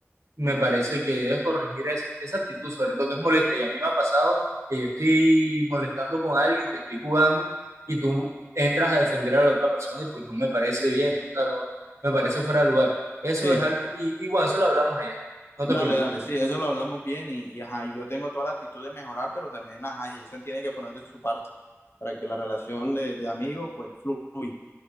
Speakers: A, on the right; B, on the left.
A: me parece que debes corregir esa, esa actitud, sobre todo que es molesta. Y a mí me ha pasado que yo estoy molestando con alguien, que estoy jugando, y tú entras a defender a la otra persona y pues no me parece
B: Sí,
A: bien,
B: sí.
A: o sea, no- me parece fuera de lugar. Eso
B: Sí.
A: es algo, y, y bueno, eso lo hablamos allá, no te
B: Dale,
A: preocupes.
B: dale, sí, eso lo hablamos bien y, y, ajá, yo tengo toda la actitud de mejorar, pero también ajá, Jason tiene que poner de su parte para que la relación de, de amigos pues fluya.